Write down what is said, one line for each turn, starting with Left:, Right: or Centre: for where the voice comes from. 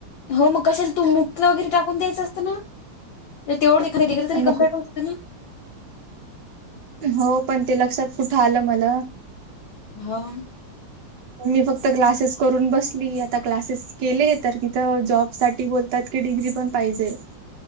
Left: हो मग कशाच तू मुतलं वगैरे टाकून द्यायचं असतं ना तेवढे डग्री तरी
Right: अमुक
Left: क्पेअर करत होते ना
Right: हो पण ते लक्षात कुठं आलं मल
Left: हाव
Right: मी फक्त क्लासेस करून बसली आता क्लासेस केले तर तिथं जॉब साठी बोल तात की डिग्री पण पाहिजे